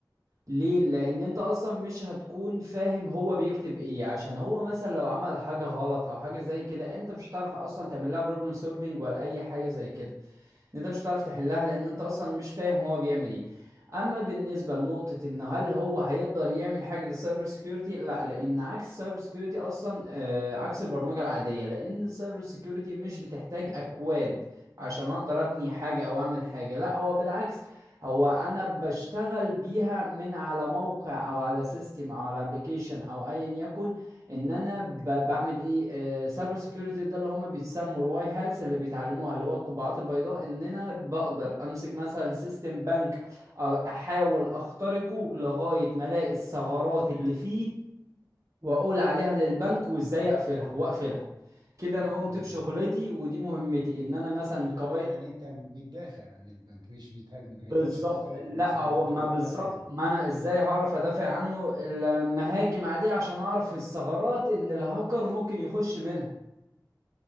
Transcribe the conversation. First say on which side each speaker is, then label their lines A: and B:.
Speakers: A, on the right; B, on the right.
A: ليه لان انت اصلا مش هتكون فاهم هو بيكتب ايه عشان هو مثلا لو عمل حاجه غلط او حاجه زي كده انت مش هتعرف اصلا تعمل لها بروبلم سولفينج ولا اي حاجه زي كده ان انت مش هتعرف تحلها لان انت اصلا مش فاهم هو بيعمل ايه اما بالنسبه لنقطه ان هل هو هيقدر يعمل حاجه للسايبر سيكيورتي لا لان عكس السايبر سيكيورتي اصلا آه، عكس البرمجه العاديه لان السايبر سيكيورتي مش بتحتاج اكواد عشان اقدر ابني حاجه او اعمل حاجه لا هو بالعكس هو انا بشتغل بيها من على موقع او على سيستم او على ابلكيشن او ايا يكن ان انا ب- بعمل ايه سايبر سيكيورتي ده اللي هما بيتسموا الواي هاتس اللي بيتعلموها اللي هو القبعات البيضاء ان انا بقدر امسك مثلا سيستم بنك احاول اخترقه لغاية ما الاقي الثغرات اللي فيه واقول عليها للبنك وازاي اقفلها واقفلها كده انا قمت
B: تمام
A: بشغلتي ودي مهمتي ان انا مثلا
B: انت
A: قواعد
B: يعني انت بتدافع عن البنك مش بتهاجمه يعني
A: بالظبط
B: انت مش هتخترقه
A: لا
B: بس انت
A: هو
B: بتبقى
A: ما
B: مدافع
A: بالظبط
B: ليه
A: ما انا ازاي هعرف ادافع عنه إلا لما هاجم عليه عشان اعرف الثغرات ان الهاكر ممكن يخش منها